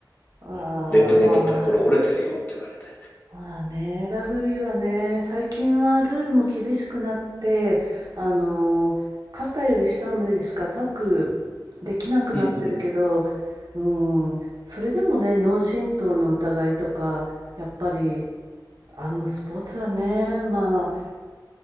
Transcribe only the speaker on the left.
レントゲン撮ったらこれ折れてるよって言われて、
うん、うん、